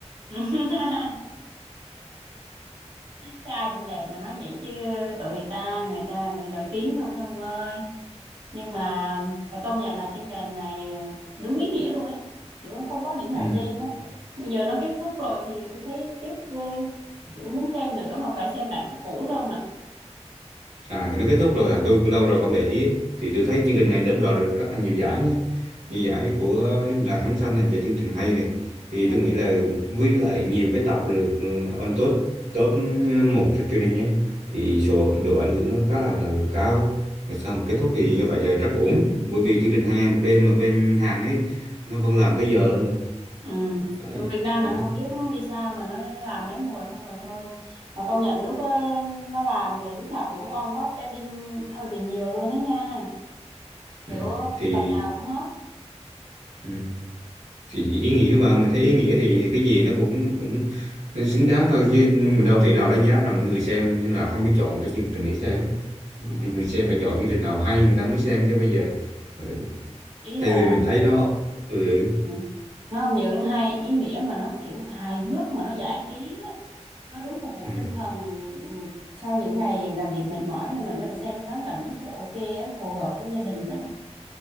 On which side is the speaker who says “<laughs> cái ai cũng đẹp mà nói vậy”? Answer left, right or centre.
Right